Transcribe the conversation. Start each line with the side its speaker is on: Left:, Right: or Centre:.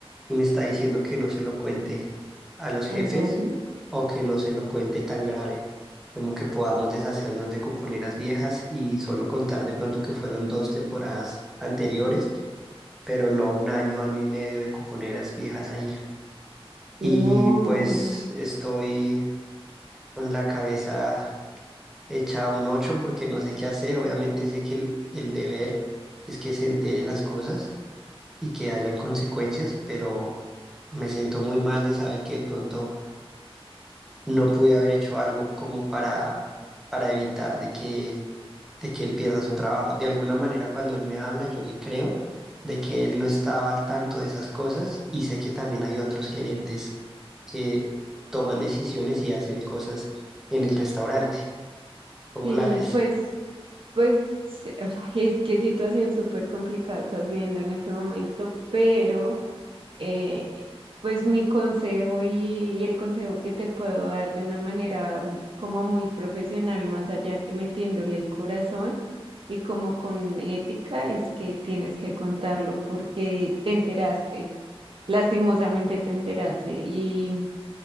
Centre: y me está diciendo que no se lo cuente a los
Right: A
Centre: jefes
Right: nadie.
Centre: o que no se lo cuente tan grave, como que podamos deshacernos de cuponeras viejas y solo contar de pronto que fueron dos temporadas anteriores, pero no un año, año y medio de cuponeras viejas ahí.
Right: No.
Centre: Y pues estoy con la cabeza hecha un ocho porque no sé qué hacer. Obviamente sé que el, el deber es que se entere las cosas y que hayan consecuencias, pero me siento muy mal de saber que de pronto no pude haber hecho algo como para, para evitar de que, de que él pierda su trabajo. De alguna manera, cuando él me habla, yo le creo de que él no estaba al tanto de esas cosas y sé que también hay otros gerentes que toman decisiones y hacen cosas en el restaurante. ¿Cómo
Right: Sí,
Centre: la ves?
Right: pues. Pues sí, ay, es que situación súper complicada estás viviendo en este momento, pero eh, pues mi consejo y, y el consejo que te puedo dar de una manera mm, como muy profesional, más allá que metiéndole el corazón y como con ética, es que tienes que contarlo porque te enteraste, lastimosamente te enteraste y...